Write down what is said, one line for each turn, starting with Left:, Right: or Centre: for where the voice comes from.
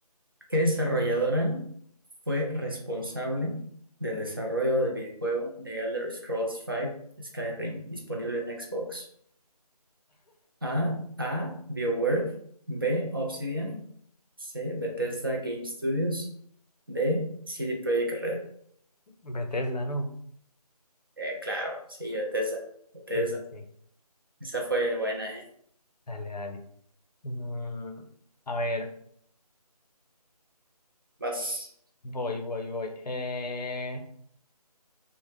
Right: ¿Qué desarrolladora fue responsable del desarrollo del videojuego The Elder Scrolls V Skyrim, disponible en Xbox? A. A. BioWare. B. Obsidian. C. Bethesda Game Studios. D. CD Projekt Red.
Left: Bethesda, ¿no?
Right: Eh, claro, sí, Bethesda. Bethesda.
Left: Sí, sí, sí.
Right: Esa fue buena, ¿eh?
Left: Dale, dale. Mm, a ver.
Right: Vas.
Left: Voy, voy, voy. Eh,